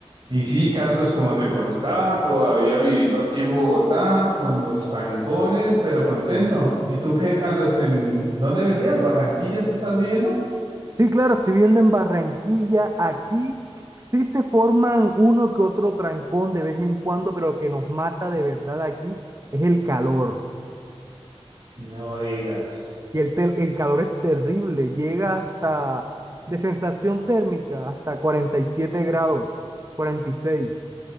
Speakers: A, on the right; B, on the right.
A: Y sí, Carlos, como te contaba, todavía viviendo aquí en Bogotá, con los trancones, pero contento. ¿Y tú qué, Carlos? ¿En dónde me decías? ¿Barranquillas que estás viviendo?
B: Sí, claro, estoy viendo en Barranquilla, aquí sí se forman uno que otro trancón de vez en cuando, pero lo que nos mata de verdad aquí es el calor.
A: No digas.
B: Y el, tel- el calor es terrible, llega hasta de sensación térmica hasta 47 grados, 46.